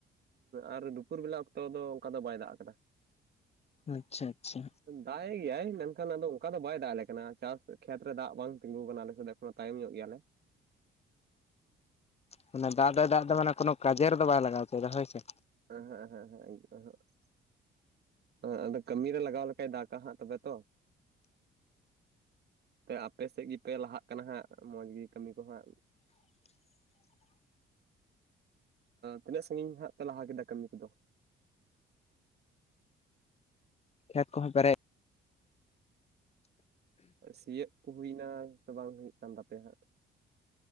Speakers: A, on the right; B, on the left.
A: ᱟᱨ ᱫᱩᱯᱩᱨ ᱵᱮᱞᱟ ᱚᱠᱛᱚ ᱫᱚ ᱚᱱᱠᱟ ᱫᱚ ᱵᱟᱭ ᱫᱟᱜ ᱟᱠᱟᱫᱟ᱾
B: ᱟᱪᱪᱷᱟ ᱟᱪᱪᱷᱟ
A: ᱫᱟᱜ ᱮᱜ ᱜᱮᱭᱟᱭ ᱢᱮᱱᱠᱷᱟᱱ ᱟᱫᱚ ᱚᱱᱠᱟ ᱫᱚ ᱵᱟᱭ ᱫᱟᱜ ᱟᱞᱮ ᱠᱟᱱᱟ᱾ ᱪᱟᱥ ᱠᱷᱮᱛ ᱨᱮ ᱫᱟᱜ ᱵᱟᱝ ᱛᱤᱸᱜᱩ ᱟᱠᱟᱱᱟ ᱟᱞᱮ ᱥᱮᱫ ᱫᱚ ᱮᱠᱷᱚᱱᱳ ᱛᱟᱭᱚᱢ ᱧᱚᱜ ᱜᱮᱭᱟᱞᱮ᱾
B: ᱢᱟᱱᱮ ᱫᱟᱜ ᱫᱚᱭ ᱫᱟᱜ ᱫᱚ ᱢᱟᱱᱮ ᱠᱳᱱᱳ ᱠᱟᱡᱮᱨ ᱫᱚ ᱵᱟᱭ ᱞᱟᱜᱟᱣ ᱦᱚᱪᱚᱭ ᱫᱟ ᱦᱳᱭ ᱥᱮ᱾
A: <unintelligible> ᱦᱮᱸ ᱟᱫᱚ ᱠᱟᱹᱢᱤ ᱨᱮ ᱞᱟᱜᱟᱣ ᱞᱮᱠᱟᱭ ᱫᱟᱜᱟ ᱦᱟᱸᱜ ᱛᱚᱵᱮ ᱛᱚ᱾ ᱟᱯᱮ ᱥᱮᱜ ᱜᱮᱯᱮ ᱞᱟᱦᱟᱜ ᱠᱟᱱᱟ ᱦᱟᱸᱜ ᱢᱚᱡᱽ ᱜᱮ ᱠᱟᱹᱢᱤ ᱠᱚᱦᱟᱸᱜ᱾
B: <inaudible>
A: ᱛᱤᱱᱟᱹᱜ ᱥᱟᱺᱜᱤᱧ ᱦᱟᱸᱜ ᱯᱮ ᱞᱟᱦᱟ ᱠᱮᱫᱟ ᱠᱟᱹᱢᱤ ᱠᱚᱫᱚ?
B: ᱠᱷᱮᱛ ᱠᱚᱦᱚᱸ ᱯᱮᱨᱮ
A: ᱥᱤᱭᱟᱹᱜ ᱠᱩ ᱦᱩᱭᱱᱟ ᱥᱮ ᱵᱟᱝ ᱦᱩᱭᱩᱜ ᱠᱟᱱ ᱛᱟᱯᱮᱭᱟ ᱦᱟᱸᱜ?